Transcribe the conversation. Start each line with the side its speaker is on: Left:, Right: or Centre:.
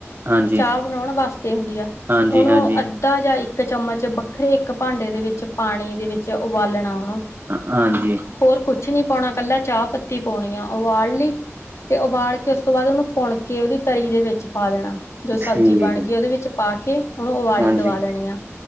Right: ਹਾਂਜੀ
Left: ਚਾਅ ਬਣਉਣ ਵਾਸਤੇ ਹੁੰਦੀ ਐ।
Right: ਹਾਂਜੀ
Left: ਓਨੂੰ
Right: ਹਾਂਜੀ
Left: ਅ ਅੱਧਾ ਜਾਂ ਇੱਕ ਚਮਚ ਵੱਖਰੇ ਇੱਕ ਭਾਂਡੇ ਦੇ ਵਿੱਚ, ਪਾਣੀ ਦੇ ਵਿੱਚ ਚ ਉਬਾਲਣਾ ਆ,
Right: ਹਾਂਜੀ
Left: ਹੋਰ ਕੁਛ ਨੀ ਪੌਣਾ ਕੱਲਾ ਚਾਅ ਪੱ ਪੱਤੀ ਪਾਉਣੀ ਆ, ਉਬਾਲ ਲਈ ਤੇ ਉਬਾਲ ਕੇ ਉਸ ਤੋਂ ਬਾਅਦ ਓਨੂੰ ਪੁਣ ਕੇ ਉਦੀ ਤਰੀ ਦੇ ਵਿੱਚ ਪਾ ਲੈਣਾ। ਜੋ ਸਬਜ਼ੀ
Right: ਠੀਕ
Left: ਬਣ ਗਈ ਓਦੇ ਵਿੱਚ ਪਾ ਕੇ ਉਨੂੰ ਉਵਾਲੀ
Right: ਹਾਂਜੀ
Left: ਦਵਾ ਲੈਣੀ ਆ।